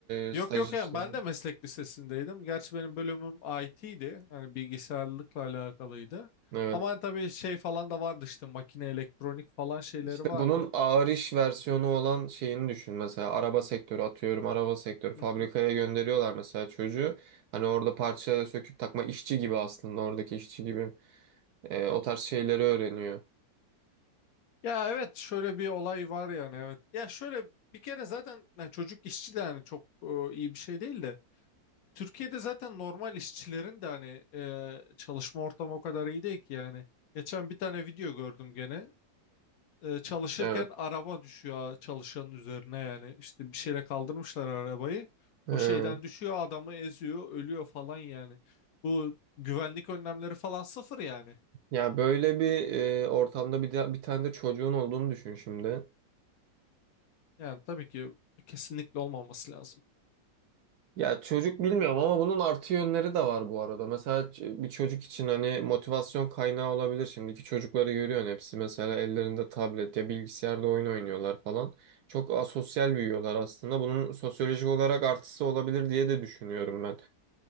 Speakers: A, on the right (about 70°); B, on the left (about 60°).
A: e,
B: Yok
A: staj
B: yok
A: işleri.
B: yani ben de meslek lisesindeydim. Gerçi benim bölümüm IT'ydi. yani bilgisayarlıkla alakalıydı.
A: Evet.
B: Ama hani tabii şey falan da vardı işte makine elektronik falan şeyleri
A: İşte
B: vardı.
A: bunun ağır iş versiyonu olan şeyini düşün. Mesela araba sektörü atıyorum. Araba sektörü fabrikaya
B: <laughs>
A: gönderiyorlar mesela çocuğu. Hani orada parça söküp takma işçi gibi aslında oradaki işçi gibi. Ee, o tarz şeyleri öğreniyor.
B: Ya evet şöyle bir olay var yani evet. Ya şöyle bir kere zaten yani çocuk işçi de yani çok e, iyi bir şey değil de Türkiye'de zaten normal işçilerin de hani e, çalışma ortamı o kadar iyi değil ki yani. Geçen bir tane video gördüm gene. e, çalışırken
A: Evet.
B: araba düşüyor çalışanın üzerine yani işte bir şeyle kaldırmışlar arabayı.
A: Ee,
B: O şeyden düşüyor adamı eziyor ölüyor falan yani. Bu güvenlik önlemleri falan sıfır yani.
A: ya böyle bir e, ortamda bir, de, bir tane de çocuğun olduğunu düşün şimdi.
B: Yani tabii ki kesinlikle olmaması lazım.
A: Ya çocuk bilmiyorum ama bunun artı yönleri de var bu arada. Mesela ç- bir çocuk için hani motivasyon kaynağı olabilir. Şimdiki çocukları görüyorsun hepsi mesela ellerinde tablet ya bilgisayarda oyun oynuyorlar falan. Çok asosyal büyüyorlar aslında. Bunun sosyolojik olarak artısı olabilir diye de düşünüyorum ben.